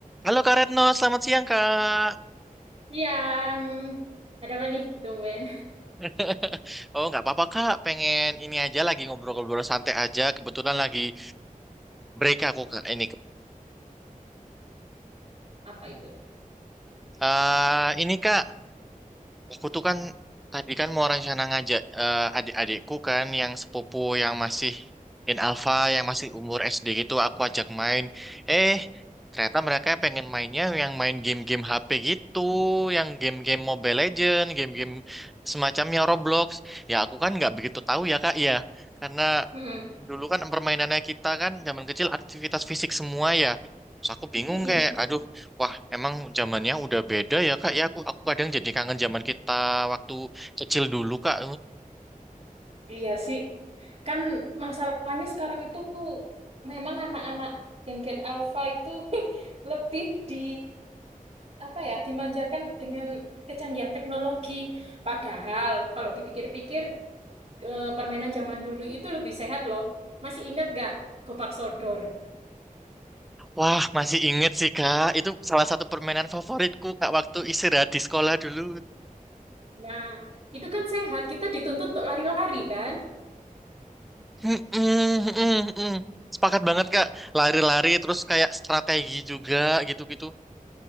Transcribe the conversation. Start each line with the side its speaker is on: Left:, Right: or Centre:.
Centre: Halo Kak Retno, selamat siang Kak.
Right: Yang ada apa nih, tumben?
Centre: <laughs> Oh nggak apa-apa Kak, pengen ini aja lagi ngobrol-ngobrol santai aja. Kebetulan lagi break aku Kak ini.
Right: Apa itu?
Centre: Eh ini Kak, aku tuh kan tadi kan mau rencana ngajak eh, adik-adikku kan yang sepupu yang masih in alpha, yang masih umur SD gitu, aku ajak main. Eh ternyata mereka pengen mainnya yang main game-game HP gitu, yang game-game Mobile Legend, game-game semacamnya Roblox. Ya aku kan nggak begitu tahu ya Kak, ya karena
Right: Mm-mm.
Centre: Dulu kan permainannya kita kan zaman kecil aktivitas fisik semua ya. Terus aku bingung
Right: Mm-mm.
Centre: kayak, aduh, wah emang zamannya udah beda ya kak. Ya aku aku kadang jadi kangen zaman kita waktu kecil dulu kak.
Right: Iya sih. Kan masalahnya sekarang itu memang anak-anak gen-gen alpha itu <laughs> lebih di apa ya, dimanjakan dengan kecanggihan teknologi. Padahal kalau dipikir-pikir eh, permainan zaman dulu itu lebih sehat loh. Masih ingat nggak gobak sodor?
Centre: Wah masih inget sih kak. Itu salah satu permainan favoritku kak waktu istirahat di sekolah dulu.
Right: Nah, itu kan sehat. Kita dituntut untuk lari-lari kan?
Centre: Mm-mm, mm-mm. Sepakat banget kak. Lari-lari terus kayak strategi juga gitu-gitu.